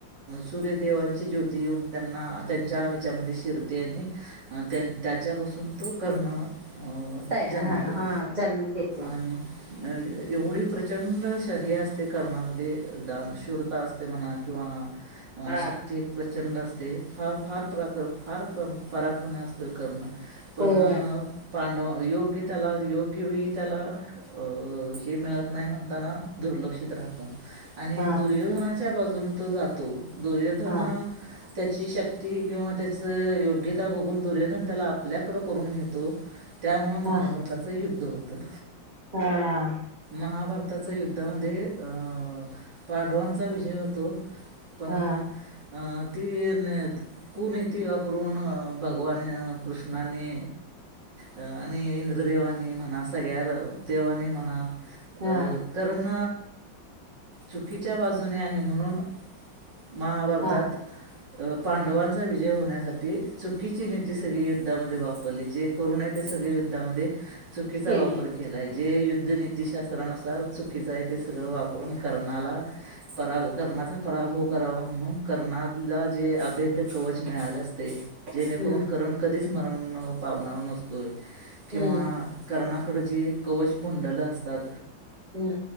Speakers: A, on the right (about 70°); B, on the right (about 25°).
A: सूर्यदेवांची ज्योती येऊन त्यां ना त्यांच्या ह्याच्यामध्ये शिरते आणि त्याच्यापासून तो कर्ण अं,
B: तया
A: जन्मतो
B: हा हा जन्म घेतो.
A: आणि अ एवढी प्रचंड श <unintelligible> असते ते कर्णामध्ये दानशूरता असते म्हणा किंवा
B: हा
A: शक्ती एक प्र चंड असते फार फार पराक्रम फार क्रम पराक्रमी असतो कर्ण. पण
B: होय
A: अ पांडव योग्य त्याला योग्य वेळी त्याला अ हे मिळत नाही म्हणताना दुर्ल लक्षित राहतो आणि
B: हा
A: दुर्योधनाच्या बाजून तो जातो दुर्योधन
B: हा
A: त्याची शक्ती किंवा त्याचं योग्यता बघून दुर्योधन त्याला आपल्याकडं करून घेतो <inaudible> त्यामुळ महाभारताचं
B: हा
A: युद्ध होतं.
B: हा..
A: महाभारताच्या युद्धामध्ये अ पांडवांचा विजय होतो. पण
B: हा
A: अ ती न कुनीती वापरून भगवान कृष्णानी आणि इंद्रदेवांनी म्हणा सगळ्या देवांनी म्हणा अ
B: हा
A: कर्ण चुकीच्या बाजूने आहे म्हणून महाभारतात
B: हा
A: अ पांडवांचा विजय होण्यासाठी चुकीची नीती सगळी युद्धामध्ये वापरली जे करूनये ते सगळे युद्धामध्ये चुकीचा
B: केली.
A: वापर केलाय जे युद्ध नीतीशास्त्रानुसार चुकीचा आहे ते र वापरून कर्णाला पराभव कर्णाचा पराभव करावा म्हणून कर्णाला जे ते अभेद्य कवच मिळाले असते. जेणेकरून
B: हम्म
A: कर्ण कधीच मरण पावणार नसतोय किंवा
B: हम्म
A: कर्णा कड जे कवचकुंडल असतात.
B: हम्म